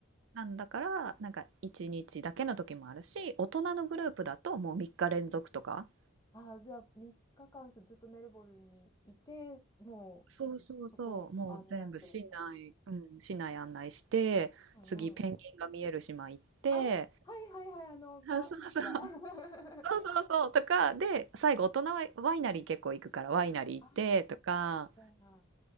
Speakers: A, on the right; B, on the left.
A: なんだから、なんか一日だけの時もあるし、大人のグループだともう3日連続とか。
B: ああ、じゃあ3日間ずっとメルボルンにいて、も
A: そうそうそう、
B: うそこ案内するみたい
A: もう全部市内、うん、市内案内して、
B: な。うんうん。
A: 次ペンギンが見える島行って、
B: ああ、はいはいはい、あの、可愛いやつだ。
A: あ、そうそう、
B: <laughs>
A: そうそうそう、とか、で、最後大人はワイナリー結構行くからワイナリー行ってとか、
B: ああ、じゃあ、